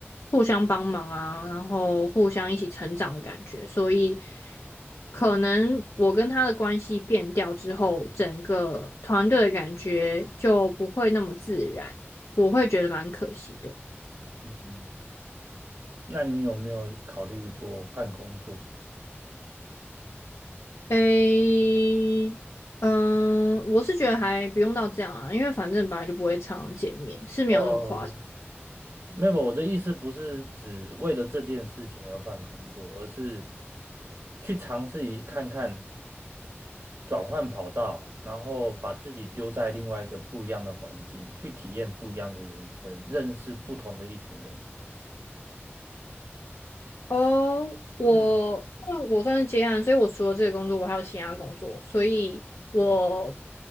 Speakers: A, on the left; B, on the right.
A: 互相帮忙啊，然后互相一起成长的感觉。所以，可能我跟他的关系变掉之后，整个团队的感觉就不会那么自然，我会觉得蛮可惜的。
B: 嗯。那你有没有考虑过换工作？
A: 诶，嗯，我是觉得还不用到这样啊，因为反正本来就不会常常见面，是没有那么夸张。
B: 哦，没有，我的意思不是指为了这件事情而换工作，而是去尝试一看看转换跑道，然后把自己丢在另外一个不一样的环境，去体验不一样的人生，认识不同的一群人。
A: 哦，我因为我算是接案，
B: 嗯，
A: 所以我除了这个工作，我还有其他工作，所以我